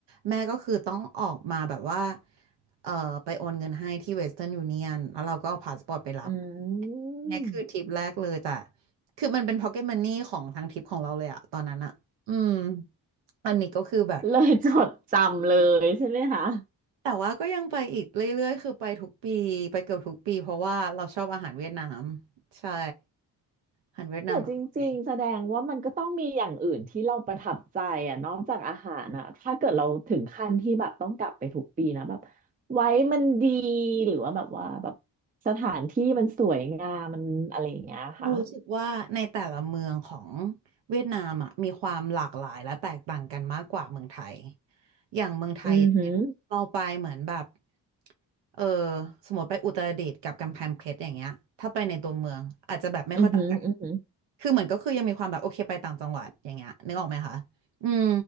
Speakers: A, on the right; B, on the right.
A: แม่ก็คือต้องออกมาแบบว่าเออไปโอนเงินให้ที่เวสเทิร์นยูเนียนแล้วเราก็เอาพาสปอร์ตไปรับ
B: อืม
A: เนี่ยคือทริปแรกเลยแต่คือมันเป็นพ็อกเก็ตมันนี่ของทางทริปของเราเลยอะตอนนั้นอะอืม อันนี้ก็คือแบบ
B: เลยจดจำเลยใช่ไหมคะ
A: แต่ว่าก็ยังไปอีกเรื่อยๆคือไปทุกปีไปเกือบทุกปีเพราะว่าเราชอบอาหารเวียดนามใช่ อาหารเวียดนามอร่อย
B: แต่จริงๆแสดงว่ามันก็ต้องมีอย่างอื่นที่เราประทับใจอ่ะนอกจากอาหารอ่ะถ้าเกิดเราถึงขั้นที่แบบต้องกลับไปทุกปีนะแบบไว้มันดีหรือว่าแบบว่าแบบสถานที่มันสวยงามมันอะไรอย่างเงี้ยค่ะ
A: เรารู้สึกว่าในแต่ละเมืองของเวียดนามอ่ะมีความหลากหลายและแตกต่างกันมากกว่าเมืองไทยอย่างเมืองไทยอย่างเงี้ยเราไปเหมือนแบบ
B: อือหือ
A: เออสมมติไปอุตรดิตถ์กับกำแพงเพชรอย่างเงี้ยถ้าไปในตัวเมืองอาจจะแบบไม่ค่อยต่างกัน
B: อือหืออือหือ
A: คือเหมือนก็คือยังมีความแบบโอเคไปต่างจังหวัดอย่างเงี้ยนึกออกไหมคะอืม